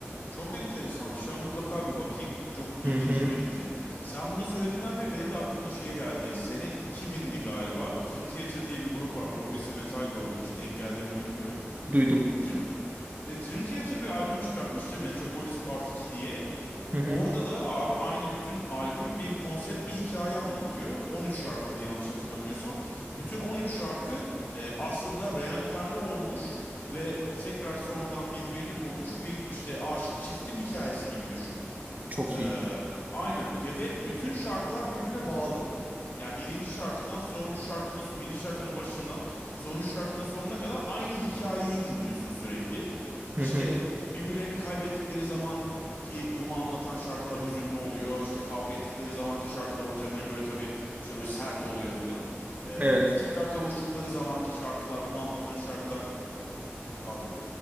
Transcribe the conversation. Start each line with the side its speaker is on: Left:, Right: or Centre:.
Left: Çok enteresanmış ya mutlaka bir bakayım. Çok ilgincime
Right: Hı hı,
Left: gitti. Sen bunu söylediğinden beri benim de aklıma şey geldi. Sene 2000'di galiba. Dream Theater diye bir grup var. Progressive metal grubu. Hiç denk geldi mi bilmiyorum.
Right: duydum.
Left: Dream E, Dream Theater bir albüm çıkartmıştı Metropolis Part 2 diye.
Right: Hı hı,
Left: Orada da abi aynı bütün albüm bir konsept bir hikaye anlatıyor. 13 şarkıydı yanlış hatırlamıyorsam. Bütün 13 şarkı e, aslında reenkarne olmuş ve tekrar sonradan birbirini bulmuş bir işte aşık çiftin hikayesi gibi düşün.
Right: çok
Left: Ee,
Right: iyi.
Left: aynen. Ya ve bütün şarkılar birbirine bağlı. Yani birinci şarkıdan sonuncu şarkının birinci şarkının başından sonuncu şarkının sonuna kadar aynı hikayeyi dinliyorsun sürekli. İşte
Right: Hı hı,
Left: birbirlerini kaybettikleri zaman ki bunu anlatan şarkılar hüzünlü oluyor. İşte kavga ettikleri zamanki şarkılar o temaya göre tabii işte böyle sert oluyor filan. Ee,
Right: evet.
Left: tekrar kavuştukları zamanki şarkılar bunu anlatan şarkılar pardon